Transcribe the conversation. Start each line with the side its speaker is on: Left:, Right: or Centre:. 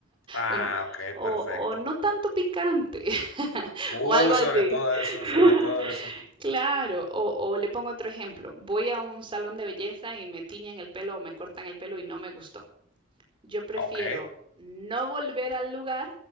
Left: Ah,
Right: O, n-
Left: ok,
Right: o-
Left: perfecto.
Right: o no tanto picante, <laughs>
Left: Uy,
Right: o algo
Left: sobre
Right: así.
Left: todo eso,
Right: <laughs>
Left: sobre todo eso.
Right: Claro, o, o le pongo otro ejemplo. Voy a un salón de belleza y me tiñen el pelo o me cortan el pelo y no me gustó. Yo prefiero
Left: Ok.
Right: no volver al lugar